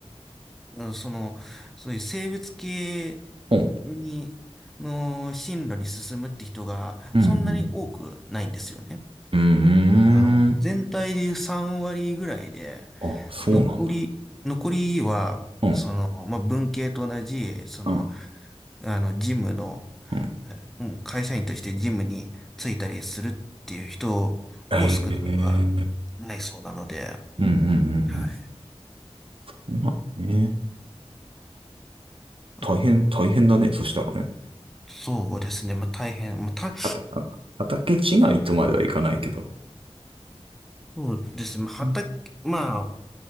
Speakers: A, in the centre; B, on the right.
A: うんその、そういう生物系
B: うん、
A: に、の進路に進むって人がそんなに多くないんですよね。
B: うん、うん、うん、
A: あの、全体でいう3割ぐらいで、
B: あ、そうなんだ。
A: 残り、残りは、
B: うん、
A: その、まあ、文系と同じ、その、
B: うん、
A: あの、事務の、
B: うん、
A: えうん、会社員として事務に就いたりするっていう人も少なくはないそうなので、
B: へえ、うん、うん、
A: はい。
B: うん、うん、まあね、
A: あ
B: 大変、大変だね、そしたらね。
A: そうですね。まあ、大変。まあ、た
B: あた、あ畑違いとまではいかないけど、
A: そうですね。まあ畑、
B: うん
A: まあ、